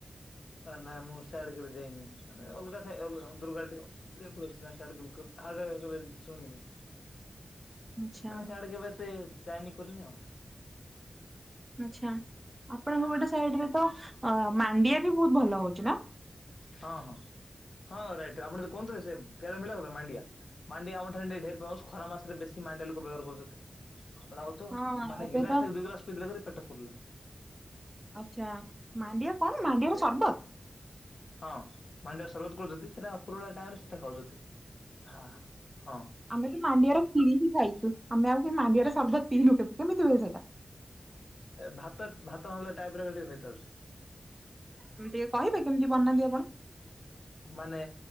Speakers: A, on the left (about 70°); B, on the right (about 15°).
A: ଆଁ ନାଇଁ ମୁଁ ସ୍ୟାଡେ କେବେ ଯାଇନି ମାନେ ଅଲଗା ସାହି ଅଲଗା। <unintelligible> <unintelligible> ଶୁଣିନି।
B: <inaudible> ଆଚ୍ଛା
A: ମାନେ ସିଆଡେ କେବେ ଏତେ ଯାଇନି କରିନି ଆଉ।
B: ଆଚ୍ଛା। ଆପଣଙ୍କ ପଟ ସାଇଡ୍ ରେ ତ ମାଣ୍ଡିଆ ବି ବହୁତ ଭଲ ହଉଛି ନା।
A: ହଁ ହଁ ହଁ ରାଇଟ୍। ଆପଣ ତ କହୁନଥିଲେ ସେ ଘ ମିଳ କଥା ମାଣ୍ଡିଆ। ମାଣ୍ଡିଆ ଆମ ଠାରେ ଢେରି ପା ଖରା ମାସରେ ବେଶୀ ମାଣ୍ଡିଆ ଲୋକ ବ୍ୟବହାର କରୁଛନ୍ତି। ଆମ ଆଉ ତ
B: ହଁ
A: ମାନେ
B: ଏବେ
A: ଗିଲାସ
B: ତ
A: ଟା ଦୁଇ ଗିଲାସ ପିଇଦେଲେ କି ପେଟ ଫୁରିଲା।
B: ଆଛା ମାଣ୍ଡିଆ କଣ ମାଣ୍ଡିଆର ସରବତ।
A: ହଁ ମାଣ୍ଡିଆ ସରବତ କରୁଛନ୍ତି। ସେଟା ପୁରୁ ଟାଇମରେ ସେଟା ଖାଉଛନ୍ତି। ହଁ। ହଁ
B: ଆମେ ତ ମାଣ୍ଡିଆର ଖିରି ହିଁ ଖାଇଛୁ। ଆମେ ଆଉ ମାଣ୍ଡିଆର ସର୍ବତ ପିଇନୁ କେବେ। କେମିତି ହୁଏ ସେଟା?
A: ଭାତ ଭାତ ନଲେ ଟାଇପ ର <unintelligible>
B: ଟିକେ କହିବେ କେମିତି ବନାନ୍ତି ଆପଣ।
A: ମାନେ